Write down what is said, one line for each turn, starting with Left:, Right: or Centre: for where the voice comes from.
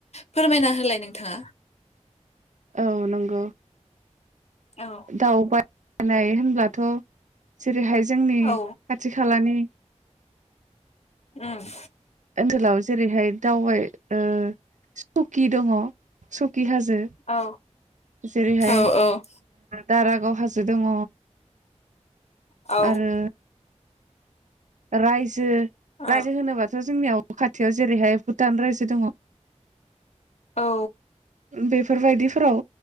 Left: फोरमायना होलाय नोंथाङा
Right: औ नंगौ
Left: औ
Right: दावबायनाय हो दा थ जेरैहाय जोंनि
Left: औ
Right: खाथि खालानि
Left: उम
Right: ओनसोलाव जेरैहाय दावबाय ओ सुकि दङ। स्खि हाजो
Left: औ
Right: जेरैहाय
Left: औ औ
Right: दारागाव हाजो दङ।
Left: औ
Right: आरो रायजो
Left: औ
Right: रायजो होनोबा सो जोंनियाव खाथियाव जेरैहाय भुटान रायजो दङ।
Left: औ
Right: बेफोरबायदिफोराव